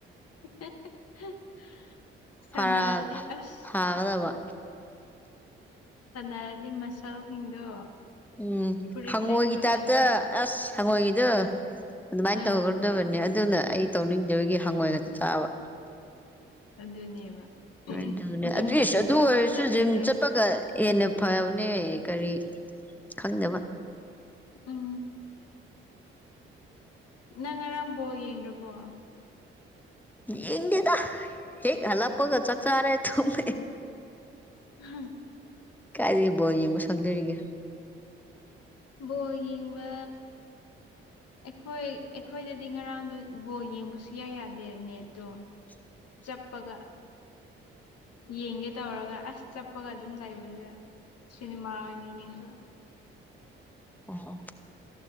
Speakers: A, on the left (about 55°); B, in the centre.
A: <unintelligible> ꯁꯥꯟꯅꯔꯗꯤ
B: ꯐꯥꯔꯥꯜ ꯐꯥ
A: ꯑꯁ
B: ꯐꯥꯒꯗꯕ
A: ꯁꯥꯟꯅꯔꯗꯤ ꯃꯁꯜꯁꯤꯡꯗꯣ
B: ꯎꯝ
A: ꯐꯨꯔꯤꯠ
B: ꯍꯪꯉꯣꯏꯒꯤ
A: ꯂꯤꯠꯄ
B: ꯇꯥꯏꯞꯇ
A: ꯀꯥꯟꯗ
B: ꯑꯁ ꯍꯪꯉꯣꯏꯒꯤꯗꯨ ꯑꯗꯨꯃꯥꯏꯅ
A: ꯑꯥ
B: ꯇꯧꯒꯔꯗꯕꯅꯤ ꯑꯗꯨꯅ ꯑꯩ ꯇꯧꯅꯤꯡꯗꯕꯒꯤ ꯍꯪꯉꯣꯏꯒꯗ ꯆꯥꯕ
A: ꯑꯗꯨꯅꯦꯕ
B: ꯑꯗꯨꯅꯦ
A: ꯖꯤꯝꯒ
B: ꯏꯁ ꯑꯗꯨ
A: ꯈꯔ ꯈꯔ
B: ꯑꯣꯏꯔꯁꯨ
A: ꯆꯠꯂꯤꯅꯦ
B: ꯖꯤꯝ ꯆꯠꯄꯒ ꯍꯦꯟꯅ ꯐꯕꯅꯦ ꯀꯔꯤ ꯈꯪꯗꯕ
A: ꯎꯝ ꯅꯪ ꯉꯔꯥꯡ ꯕꫭꯜ ꯌꯦꯡꯗ꯭ꯔꯕꯣ
B: ꯌꯦꯡꯗꯦꯗ ꯍꯦꯛ ꯍꯜꯂꯛꯄꯒ ꯆꯥꯛ ꯆꯥꯔꯦ ꯇꯨꯝꯃꯦ
A: <unintelligible>
B: ꯀꯥꯏꯗꯒꯤ ꯕꫭꯜ ꯌꯦꯡꯕ ꯁꯪꯗꯧꯔꯤꯒꯦ
A: ꯕꯣꯜ ꯌꯦꯡꯕ ꯑꯩꯈꯣꯏ ꯑꯩꯈꯣꯏꯗꯗꯤ ꯉꯔꯥꯡꯗꯨ ꯕꯣꯜ ꯌꯦꯡꯕ ꯁꯨꯛꯌꯥ ꯌꯥꯗꯦ ꯅꯦꯠꯇꯣ
B: <inaudible>
A: ꯆꯞꯄꯒ ꯌꯦꯡꯒꯦ ꯇꯧꯔꯒ ꯑꯁ ꯆꯞꯄꯒ ꯑꯗꯨꯝ ꯂꯩꯕꯗꯨꯗ ꯁꯤꯅꯤꯃꯥ ꯑꯣꯏꯅ ꯌꯦꯡꯊꯣꯛꯑꯦ
B: ꯑꯣ ꯑꯣ